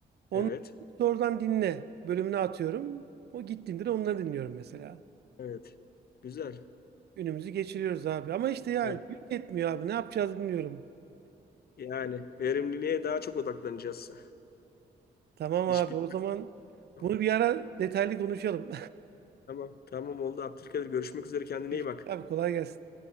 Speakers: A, on the right; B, on the left.
A: Onları
B: evet
A: doğrudan dinle bölümüne atıyorum. O gittiğimde de onları dinliyorum mesela.
B: evet güzel.
A: Günümüzü geçiriyoruz abi. Ama işte ya
B: Evet.
A: gün yetmiyor abi ne yapacağız bilmiyorum.
B: Yani verimliliğe daha çok odaklanacağız.
A: Tamam
B: İş
A: abi
B: bitmez.
A: o zaman
B: Tamam
A: bunu bir ara detaylı konuşalım.
B: tamam Tamam, oldu Abdülkadir görüşmek üzere kendine
A: <laughs> Görüşürüz
B: iyi bak.
A: Abi kolay gelsin.